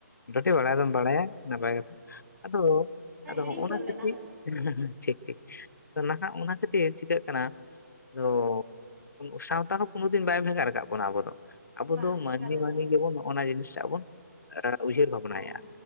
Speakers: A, on the left (about 85°); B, on the right (about 65°).
A: <unintelligible> ᱵᱟᱲᱟᱭ ᱫᱚᱢ ᱵᱟᱲᱟᱭᱟ ᱱᱟᱯᱟᱭ ᱠᱟᱛᱷᱟ ᱟᱫᱚ
B: ᱦᱮᱸ
A: ᱟᱫᱚ
B: ᱦᱤᱲᱤᱧ
A: ᱦᱚᱦᱚᱱᱟᱪᱮ
B: ᱜᱚᱫ ᱞᱮᱱᱟ
A: <unintelligible> ᱴᱷᱤᱠ ᱴᱷᱤᱠ ᱱᱟᱦᱟᱜ ᱚᱱᱟ ᱠᱷᱟᱹᱛᱤᱨ ᱪᱤᱠᱟᱹᱜ ᱠᱟᱱᱟ ᱟᱫᱚ ᱥᱟᱶᱛᱟ ᱦᱚᱸ ᱠᱳᱱᱳ ᱫᱤᱱ ᱵᱟᱭ ᱵᱷᱮᱜᱟᱨ ᱨᱟᱠᱟᱫ ᱵᱚᱱᱟ ᱟᱵᱚ ᱫᱚ᱾ ᱟᱵᱚ
B: ᱵᱟᱝ
A: ᱫᱚ ᱢᱟᱹᱱᱢᱤ
B: ᱮᱠᱟᱞ ᱵᱟᱝ
A: ᱢᱟᱹᱱᱢᱤ ᱜᱮᱵᱚᱱ ᱱᱚᱜᱼᱚᱱᱟ ᱡᱤᱱᱤᱥᱴᱟᱜ ᱵᱚᱱ ᱩᱭᱦᱟᱹᱨ ᱵᱷᱟᱵᱽᱱᱟᱭᱟ᱾
B: ᱦᱮᱸ